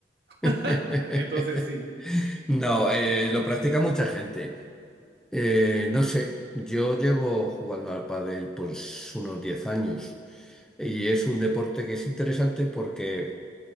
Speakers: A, on the right (about 60°); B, in the centre.
A: <laughs>
B: <laughs>
A: Entonces sí,
B: No,
A: ya,
B: eh,
A: perfecto.
B: lo practica mucha gente. Eh,
A: Ya,
B: no sé, yo llevo jugando al pádel pues unos 10 años y es un deporte que es interesante porque